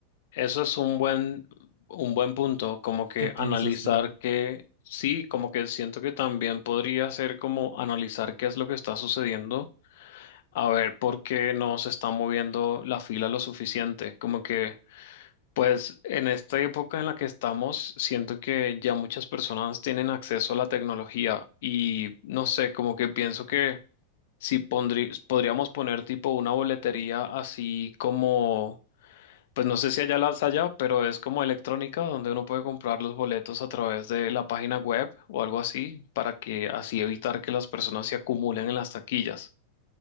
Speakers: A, on the left; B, on the right.
A: Eso es un buen, un buen punto, como que
B: ¿Qué piensas
A: analizar
B: tú?
A: que sí, como que siento que también podría ser como analizar qué es lo que está sucediendo, a ver por qué no se está moviendo la fila lo suficiente, como que... Pues en esta época en la que estamos, siento que ya muchas personas tienen acceso a la tecnología y no sé, como que pienso que si pondrí- podríamos poner tipo una boletería así como, pues no sé si allá las allá, pero es como electrónica donde uno puede comprar los boletos a través de la página web o algo así para que así evitar que las personas se acumulen en las taquillas.